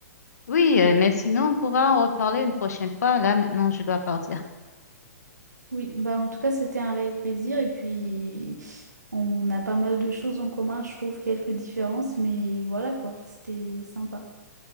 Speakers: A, on the left; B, on the right.
A: Oui, euh, mais sinon, on pourra en reparler une prochaine fois. Là, maintenant, je dois partir.
B: Oui, bah en tout cas, c'était un réel plaisir. Et puis, on a pas mal de choses en commun, je trouve, quelques différences, mais voilà quoi, c'était sympa.